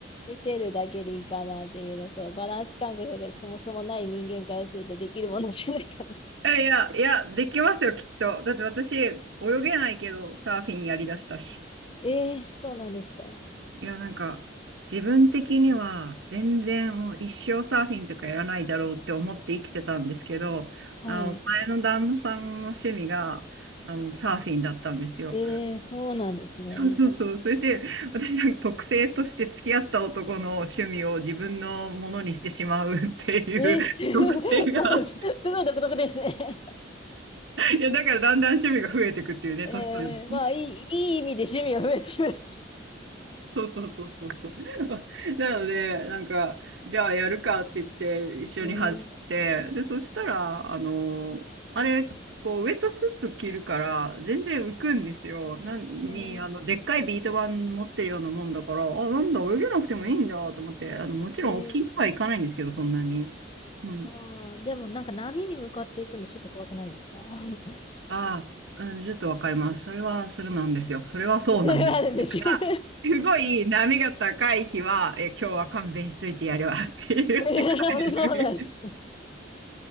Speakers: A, on the left; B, on the right.
A: 見てるだけでいいかなっていうのと、バランス感覚がそもそもない人間からするとできるものじゃないかな。
B: えいや、いや、できますよ、きっと。だって私、泳げないけど、サーフィンやりだしたし。
A: <laughs> えー、そうなんですか。
B: いや、なんか、自分的には、全然もう一生サーフィンとかやらないだろうって思って生きてたんですけど、
A: はい。
B: あの、前の旦那さんの趣味が、あの、サーフィンだったんですよ。
A: えー、そうなんですね。
B: そうそうそう。それで、私なんか特性として付き合った男の趣味を自分のものにしてしまうっていう
A: えー、
B: <laughs> 特性が、
A: <laughs> なんかすごい独特ですね。
B: いや、だからだんだん趣味が増えていくっていうね、
A: えー、
B: 年取る。
A: まあ、いい、いい意味で趣味が増えてきました。
B: そうそうそうそうそう。<laughs> なので、なんか、じゃあやるかって言って一緒に始めて、
A: えー、
B: で、そしたら、あの、あれ、こう、ウェットスーツ着るから、全然浮くんですよ。なんに、
A: え
B: あの、でっかいビート板持ってるようなもんだから、あ、なんだ、泳げなくてもいいんだと思って、あの、もちろん沖には行かないんですけど、
A: ー、えー、
B: そんなに。うん。
A: ああ、でもなんか波に向かっていくのちょっと怖くないですか <laughs>
B: ああ、うん、ちょっとわかります。それは、それなんですよ。それはそうなんです。
A: それはあるんですよね。
B: すごい波が高い日は、え、今日は勘弁しといてやるわって言って帰
A: <laughs> えーそうなんです。
B: る。